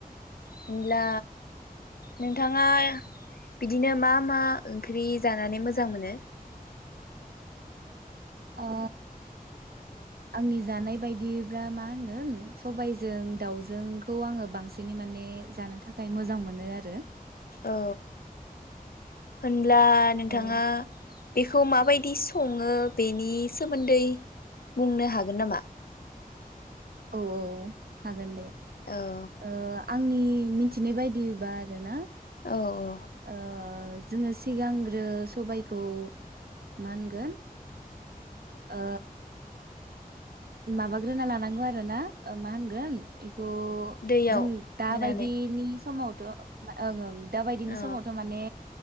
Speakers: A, on the left; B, on the right.
A: होनब्ला नोंथाङा बिदिनो मा मा ओंख्रि जानानै मोजां मोनो?
B: ओ आंनि जानाय बायदिबा मा होनगोन सबायजों दाउजोंखौ आङो बांसिनै माने जानो थाखाय मोजां मोनो आरो।
A: औ होन ब्ला नोंथाङा
B: औ
A: बेखौ माबायदि सङो बेनि सोमोन्दै बुंनो हागोन नामा
B: औ औ‌ हागोन दे
A: औ
B: ओ आंनि मिथिनाय बायदिबा आरो ना
A: औ औ
B: ओ जोङो सिगांग्रो सबायखौ मा होनगोन ओ माबाग्रोना लानांगौ आरो ना मा होनगोन थ'
A: दैयाव
B: जों दााबायदिनि
A: होनानै
B: समाव ओंं ओं दा बायदिनि
A: औ
B: समावथ' माने